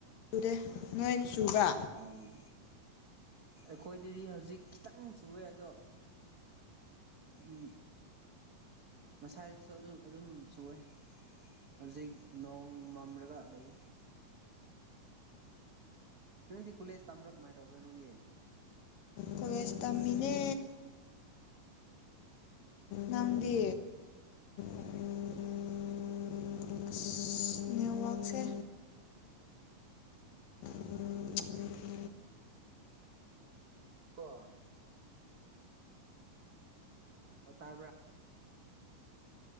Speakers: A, on the left; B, on the right.
A: ꯆꯨꯗꯦ ꯅꯣꯏꯗ ꯆꯨꯕ꯭ꯔ
B: ꯎꯝ ꯑꯩꯈꯣꯏꯗꯗꯤ ꯍꯧꯖꯤꯛ ꯈꯤꯇꯪ ꯆꯨꯋꯦ ꯑꯗꯣ ꯎꯝ ꯉꯁꯥꯏꯗꯩꯁꯨ ꯑꯗꯨꯝ ꯑꯗꯨꯝ ꯁꯋꯦ ꯍꯧꯖꯤꯛ ꯅꯣꯡ ꯃꯝꯂꯒ ꯂꯩ ꯅꯣꯏꯗꯤ ꯀꯣꯂꯦꯁ ꯇꯝꯕ꯭ꯔ ꯀꯃꯥꯏ ꯇꯧꯕ꯭ꯔꯦ ꯅꯣꯏꯗꯤ
A: ꯀꯣꯂꯦꯁ ꯇꯝꯃꯤꯅꯦ ꯅꯪꯗꯤ <unintelligible> ꯅꯦꯠꯋꯛꯁꯦ <inaudible>
B: ꯀꯣ ꯑꯣ ꯇꯥꯕ꯭ꯔ